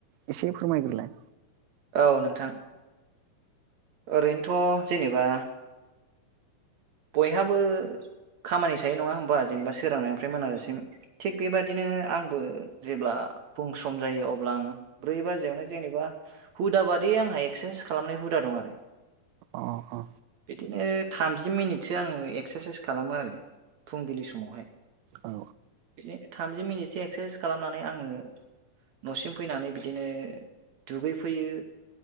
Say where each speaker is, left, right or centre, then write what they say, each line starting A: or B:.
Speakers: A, on the right (about 90°); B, on the right (about 65°).
A: एसे फोरमायग्रोलाय?
B: औ नोंथां। ओरैनोथ' जेनेबा। बयहाबो। खामानि थायो नङा होमबा जेनेबा सोरांनायनिफ्राय मोनाजासिम थिग बेबादिनो आंबो जेब्ला फुं सम जायो अब्ला आं ब्रै बाजियावनो जेनेबा हुदा बादि आंहा एक्सारसाइस खालामनाय हु दा दं आरो।
A: अ अ।
B: बिदिनो थामजि मिनिटसो आङो एक्सारसाइस खालामो आरो फुंबिलि समावहाय।
A: औ
B: <unintelligible> थामजि मिनिटसो एक्सारसाइस खालामनानै आङो न'सिम फैनानै बिदिनो दुगै फैयो